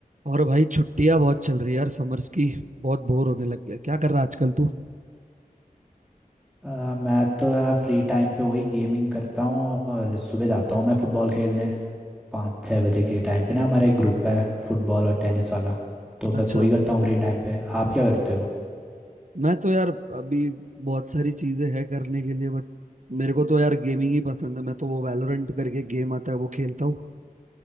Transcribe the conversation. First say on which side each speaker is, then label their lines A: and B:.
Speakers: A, on the right; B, in the centre.
A: और भाई छुट्टियां बहुत चल रही है यार समर्स की बहुत बोर होने लग गया क्या कर रहा है आजकल तू
B: अ, मैं तो यार फ्री टाइम पे वही गेमिंग करता हूँ और सुबह जाता हूँ मैं फुटबॉल खेलने पाँच छः बजे के टाइम पे ना हमारा एक ग्रुप है फुटबॉल और टेनिस वाला तो बस
A: अच्छा
B: वही करता हूँ फ्री टाइम पे आप क्या करते हो
A: मैं तो यार अभी बहुत सारी चीजें है करने के लिए बट मेरे को तो यार गेमिंग ही पसंद है मैं तो वो वैलोरेंट करके गेम आता है वो खेलता हूँ